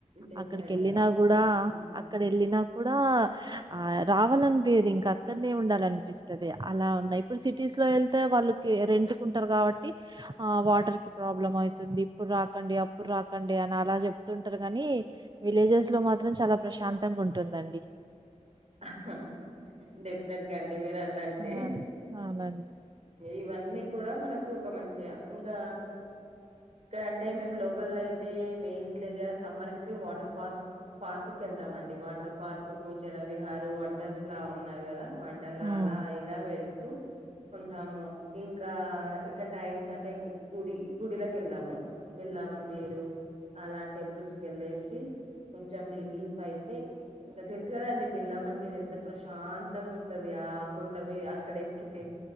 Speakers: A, on the right; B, on the right.
A: డెఫినెట్
B: అక్కడికి వెళ్ళినా
A: గా
B: కూడా
A: హ్మ్
B: అక్కడ వెళ్ళినా కూడా హా ఆ రావాలనిపియ్యదు ఇంకా అక్కడనే ఉండాలనిపిస్తుది అలా ఉన్నాయి ఇప్పుడు సిటీస్ లో వెళ్తే వాళ్ళు రెంట్ కుంటారు కాబట్టి ఆ వాటర్ కి ప్రాబ్లం అవుతుంది అప్పుడు రాకండి అప్పుడు రాకండి అని అలా చెప్తుంటారు కాని విలేజెస్ లో మాత్రం చాలా ప్రశాంతంగా ఉంటుందండి
A: హాహా డెఫినెట్ గా అండీ మీరు అన్నట్టే
B: ఆ అవునండి
A: ఇవన్నీ కూడా మనకు ఒక మంచే అంతా ఇక్కడ అంటే మేము లోకల్ అయితే మెయిన్ గా సమ్మర్ కి వాటర్ పార్క్ పార్క్ కి వెళ్తామండి వాటర్ పార్క్ కు జలవిహార వండర్స్ లా ఉన్నాయి కదా వండర్లా
B: ఉమ్
A: అలా ఇలా వెళ్తూ ఉంటాము ఇంకా ఇంకా టైంమ్స్ అంటే గుడి గుడిలోకి వెళ్ళాము బిర్లా మందిరు అలా టెంపుల్స్ కి వెళ్లేసి కొంచెం రిలీఫ్ అయితే ఇంకా తెలుసు కదాండి బిర్లా మందిర్ ఎంత ప్రశాంతంగా ఉంటది ఆ కొండ మీ అక్కడ ఎక్కితే